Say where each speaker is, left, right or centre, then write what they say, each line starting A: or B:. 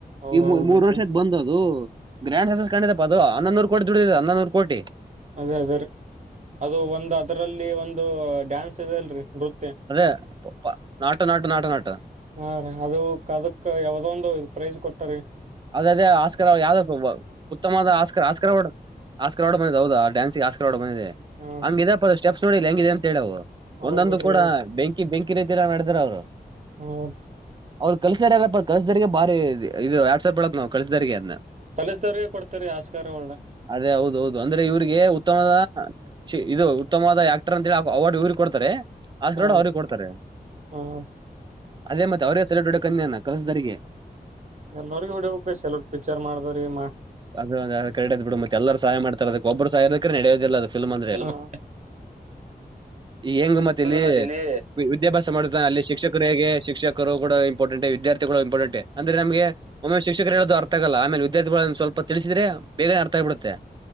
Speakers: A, on the right; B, on the right.
A: ಹೌದೌದು
B: ಈ ಮೂ ಮೂರ್
A: ಬಿಡ್ರಿ
B: ವರ್ಷ ಆಯ್ತಾ ಬಂದ ಅದು ಗ್ರ್ಯಾಂಡ ಸಕ್ಸಸ್ ಕಂಡಿದ್ದೆ ಅಪ್ಪ ಅದು ಹನ್ನೊಂದು ವರೆ ಕೋಟಿ ದುಡಿದಿದೆ ಹನ್ನೊಂದು ವರೆ ಕೋಟಿ
A: ಅದೇ ಅದೇ ರೀ ಅದು ಒಂದು ಅದರಲ್ಲಿ ಒಂದು ಡ್ಯಾನ್ಸ್ ಇದೆ ಅಲ್ರೀ ನೃತ್ಯ
B: ಅದೇ ನಾಟು ನಾಟು ನಾಟು ನಾಟು
A: ಹಾ ರೀ ಅದು ಅದಕ್ ಯಾವ್ದ ಒಂದು ಪ್ರೈಜ್ ಕೊಟ್ಟರಿ
B: ಅದ ಅದೇ ಆಸ್ಕರ್ <unintelligible> ಯಾವ್ದಪ್ಪ ಅದ ಉತ್ತಮವಾದ Oscar Oscar award Oscar award ಬಂದಿದೆ ಹೌದ ಆ ಡ್ಯಾನ್ಸ್ ಗೆ ಆಸ್ಕರ್ ಅವಾರ್ಡ್ ಬಂದಿದೆ
A: ಹಾ
B: ಹಂಗಿದೆಪ್ಪ ಅ ಸ್ಟೆಪ್ಸ್ ನೋಡಿ ಹೆಂಗಿದೆ ಅಂತ ಹೇಳವು
A: ಹೌದ್
B: ಒಂದೊಂದು
A: ಬಿಡ್ರಿ
B: ಕೂಡ ಬೆಂಕಿ ಬೆಂಕಿ ರೀತಿ ಮಾಡಿದಾರ ಅವರು
A: ಹ್ಮ
B: ಅವ್ರು ಕಲ್ಸ್ದಾರಗಪ್ಪ ಕಲ್ಸಿದಾರಗೆ ಬಾರಿ ಇದು ವ್ಯಾಟ್ಸಪ್ ಹೇಳಕ್ ನಾವು ಕಲ್ಸಿದರಿಗೆ ಅಂದೆ
A: ಕಾಲಿಸಿದವ್ರಿಗೆ ಕೊಡ್ತಾರೆ ಆಸ್ಕಾರ <unintelligible>
B: ಅದೇ ಹೌದೌದು ಅಂದ್ರೆ ಇವ್ರಿಗೆ ಉತ್ತಮದ ಇದು ಉತ್ತಮವಾದ ಆಕ್ಟರ್ ಅಂತ ಹೇಳಿ ಅವಾರ್ಡ್ ಇವರಿಗೆ ಕೊಡ್ತಾರೆ ಆಸ್ಕರ್
A: ಹ
B: ಅವಾರ್ಡ್ ಅವ್ರಿಗೆ ಕೊಡ್ತಾರೆ
A: ಹ
B: ಅದೇ ಮತ್ತೆ ಅವರೇ ಸೆಲೆಬ್ರಿಟಿ ಕನ್ಯಾನ <unintelligible>
A: ಎಲ್ಲರಿಗೊ ಹೊಡಿಬೇಕು ಸೆಲೋಟ್ ಪಿಕ್ಚರ್ ಮಾಡಿದವರ್ಗೆ
B: ಅದು ಅದು ಕರೆಕ್ಟ್ ಆದೆ ಬಿಡು ಮತ್ತೆಲ್ಲರು ಸಹಾಯ ಮಾಡ್ತಾರೆ ಅದಕ್ಕೆ ಒಬ್ಬರು ಸಹಾಯ <unintelligible> ನಡೋದಿಲ್ಲಅದು ಫಿಲ್ಮ್ ಅಂದ್ರೆ
A: ಹಾ
B: ಈ ಹೆಂಗ ಮತ್ತಿಲ್ಲಿ
A: ಮತ್ತ ಇಲ್ಲಿ
B: ವಿದ್ಯಾಭ್ಯಾಸ ಮಾಡುದ್ವ ಅಲ್ಲಿ ಶಿಕ್ಷಕರು ಹೇಗೆ ಶಿಕ್ಷಕರು ಕೂಡ ಇಂಪಾರ್ಟೆಂಟ್ ವಿದ್ಯಾರ್ಥಿಗಳು ಇಂಪಾರ್ಟೆಂಟ್ ಅಂದ್ರೆ ನಮಗೆ ಒಮ್ಮೆ ಶಿಕರು ಹೇಳೋದು ಅರ್ಥ ಆಗಲ್ಲ ಆಮೇಲೆ ವಿದ್ಯಾರ್ಥಿಗಳು ಸ್ವಲ್ಪ ತಿಳಿಸಿದ್ರೆ ಬೇಗ ಅರ್ಥ ಆಗ್ ಬಿಡುತ್ತೆ